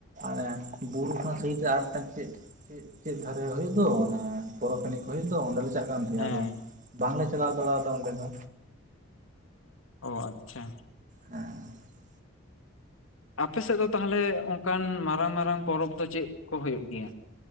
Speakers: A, on the right (about 40°); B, on the left (about 85°).
A: ᱢᱮ ᱵᱩᱨᱩ ᱦᱚᱸ ᱟᱨᱢᱤᱫ ᱴᱟᱝ ᱪᱮᱫ ᱪᱮᱫ ᱦᱩᱭᱩᱜ ᱫᱚ ᱯᱚᱨᱚᱵᱽ ᱮᱱᱮᱡ ᱠᱚ ᱦᱩᱭᱩᱜᱼᱫᱚ ᱚᱸᱰᱮ ᱪᱟ ᱟᱱ
B: ᱦᱮᱸ
A: ᱟᱫᱚ ᱵᱟᱝᱞᱮ ᱪᱟᱞᱟᱣ ᱫᱟᱲᱮᱫᱟ ᱚᱸᱰᱮ ᱫᱚ
B: ᱚ ᱟᱪᱪᱷᱟ
A: <unintelligible>
B: ᱟᱯᱮ ᱥᱮᱫ ᱫᱚ ᱛᱟᱦᱚᱞᱮ ᱚᱱᱠᱟᱱ ᱢᱟᱨᱟᱝ ᱢᱟᱨᱟᱝ ᱯᱚᱨᱚᱵᱽ ᱫᱚ ᱪᱮᱫ ᱠᱚ ᱦᱩᱭᱩᱜ ᱜᱮᱭᱟ